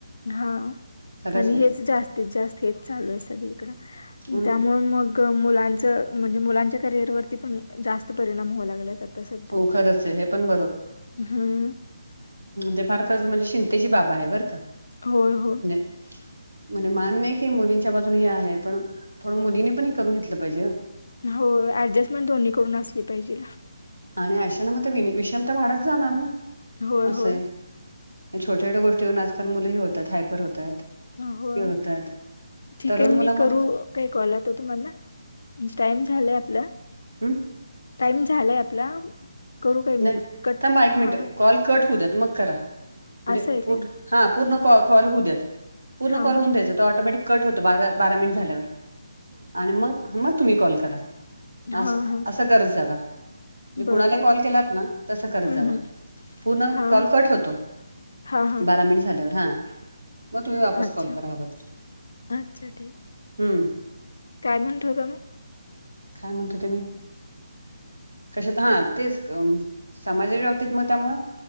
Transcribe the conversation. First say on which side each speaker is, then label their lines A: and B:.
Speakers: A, on the left; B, on the right.
A: हा
B: खरंच
A: आणि
B: आहे
A: हेच जास् स्तीत जास्त हेच चालू आहे सगळीकड,
B: हम्म,
A: त्यामुळे मग क मुलांचं म्हणजे, मुलांच्या करिअरवरती पण, जास्त परिणाम होऊ लागल्यात आता सध्या.
B: हो खरंच आहे हे पण
A: हम्म.
B: ते फार खरंच म्हणजे शिंतेची बाबा आहे बरं का.
A: होय, हो.
B: <unintelligible> म्हणजे मान्यये की मुलींच्या बाजूनी हे आहे, पण थोडं मुलींनी पण हे करून घेतलं पाहिजे ना.
A: होय ऍडजस्टमेंट दोन्ही कडन असली पाहिजे
B: आणि आशान मग ते विणी विषमता तर वाढत जाणार ना,
A: होय
B: असाय.
A: होय.
B: आणि छोट्या, छोट्या गोष्टीवरन आजकाल मुलं हे होतात, हायपर होतात.
A: होय.
B: हे होतात
A: ठीक
B: तरुण
A: आहे, मी
B: मुलामध्ये
A: करू काय कॉल आता तुम्हांना, टाइम झालंय आपला
B: उ.
A: टाईम झालाय आपला करू काय मी
B: नाही
A: कट
B: थांबा एक
A: हा.
B: मिनिट कॉल कट होऊ द्यात मग करा म्हणजे
A: असं आहे
B: पूर
A: काय?
B: हा पूर्ण कॉक कॉल होऊ द्यात. पूर्ण
A: हा
B: कॉल
A: हा
B: होऊन द्यायचा
A: हा
B: तो ऑटोमॅटिक कट होतो बारा बारा मिनिट झाल्यावर आणि मग हा मग तुम्ही कॉल करा असं
A: हा हा
B: असं करत जावा
A: बरं
B: कुणालाही
A: बरं
B: कॉल केला तसं करत
A: हम्म
B: जावा
A: हम्म
B: पूर्ण
A: हा
B: कॉल कट होतो
A: हा हा
B: बारा मीट झाल्यावर हां मग तुम्ही वापस
A: अच्छा
B: कॉल करा हव तर
A: अच्छा ठीक आहे.
B: हम्म
A: काय म्हणत होता मग
B: काय म्हणीत होते मी कशात हां तेच समाजाच्या बाबतीत मग त्यामुळं